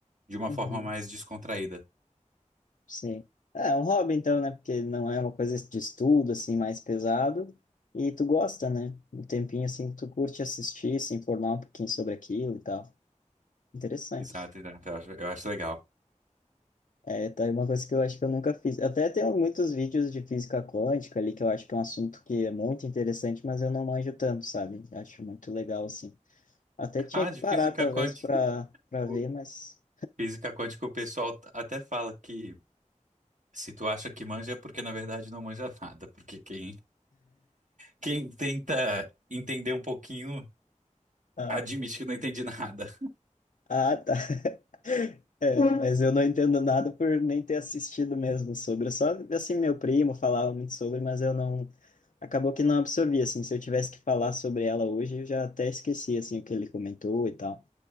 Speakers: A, on the right (about 75°); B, on the left (about 80°).
A: de uma
B: Uhum.
A: forma mais descontraída.
B: Sim. É é um hobby, então, né? Porque não é uma coisa de estudo, assim, mais pesado. E tu gosta, né? Um tempinho, assim, que tu curte assistir, se informar um pouquinho sobre aquilo e tal. Interessante.
A: Exato, exato, eu acho, eu acho legal.
B: É, tá aí uma coisa que eu acho que eu nunca fiz. Até tenho muitos vídeos de física quântica ali, que eu acho que é um assunto que é muito interessante, mas eu não manjo tanto, sabe? Acho muito legal, assim. Até tinha
A: Ah,
B: que
A: de
B: parar,
A: física
B: talvez,
A: quântica.
B: para para
A: <laughs>
B: ver, mas.
A: Física quântica, o pessoal até fala que Se tu acha que manja é porque na verdade não manja nada, porque quem, quem tenta entender um pouquinho
B: Ah,
A: admite que não entende nada.
B: ah, tá. <laughs> É, mas eu não entendo nada por nem ter assistido mesmo sobre. Só, assim, meu primo falava muito sobre, mas eu não. Acabou que não absorvi, assim. Se eu tivesse que falar sobre ela hoje, eu já até esqueci, assim, o que ele comentou e tal.